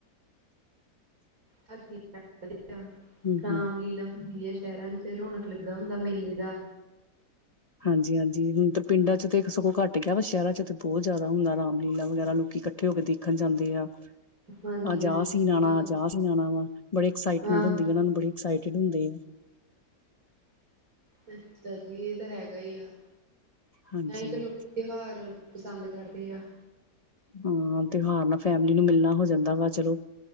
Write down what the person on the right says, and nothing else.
<unintelligible>
ਕਾਮ
ਲੀਲਾ। ਹੁੰਦੀ ਹੈ ਸ਼ਹਿਰਾਂ ਚ ਰੌਣਕ ਲੱਗਾ ਹੁੰਦਾ ਮੇਲੇ ਦਾ।
ਹਾਂਜੀ-ਹਾਂਜੀ
ਬਹੁਤ
ਜ਼ਿਆਦਾ
ਆਹੋ
ਅੱਛਾ ਜੀ ਇਹ ਤਾਂ ਹੈਗਾ ਹੀ ਆ
ਤਾਂਹੀ ਤਾਂ ਲੋਕੀ ਤਿਉਹਾਰ। ਪਸੰਦ ਕਰਦੇ ਆ।